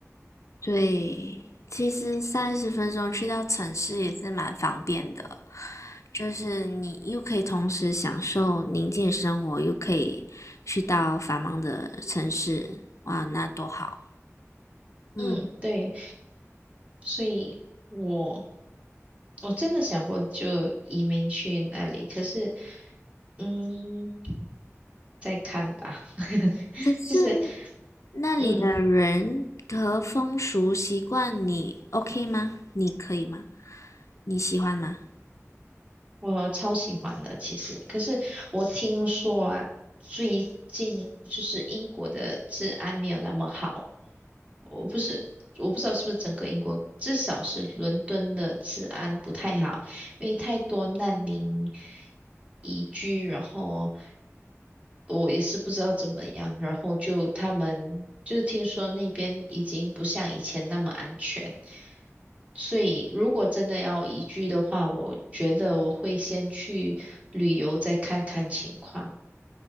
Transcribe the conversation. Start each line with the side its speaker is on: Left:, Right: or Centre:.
Left: 对，其实三十分钟去到城市也是蛮方便的，就是你又可以同时享受宁静的生活，又可以去到繁忙的城市，哇，那多好！嗯，
Right: 嗯，对，所以我我真的想过就移民去那里，可是嗯，再看吧，<laughs>
Left: 可是
Right: 就是
Left: 那里的人和风俗习惯你
Right: 嗯，
Left: OK 吗？你可以吗？你喜欢吗？
Right: 我超喜欢的，其实。可是我听说啊，最近就是英国的治安没有那么好。我不是，我不知道是不是整个英国，至少是伦敦的治安不太好，因为太多难民移居，然后我也是不知道怎么样，然后就他们就是听说那边已经不像以前那么安全。所以，如果真的要移居的话，我觉得我会先去旅游，再看看情况。